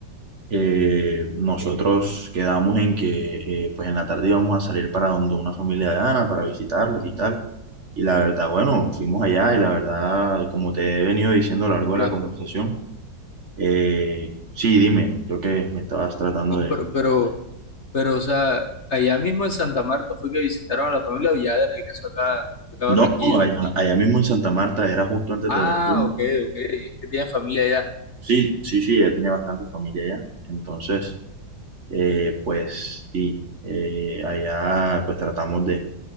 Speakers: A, on the right; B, on the left.
A: eh, nosotros quedamos en que eh, pues en la tarde íbamos a salir para donde una familia de Ana, para visitarlos y tal. Y la verdad, bueno, fuimos allá y la verdad, como te he venido diciendo a lo largo
B: pero,
A: de la conversación, eh, sí, dime, creo que me estabas tratando
B: no,
A: de...
B: pero, pero, pero, o sea, allá mismo en Santa Marta fue que visitaron a la familia o ya de regreso acá, acá
A: No,
B: a Barranquilla.
A: no, allá, allá mismo en Santa Marta, era justo antes
B: Ah,
A: de venir.
B: ok, ok, es que tienen familia
A: Sí, sí, sí, ella tiene bastante familia allá. Entonces, eh, pues sí, eh, allá pues tratamos de,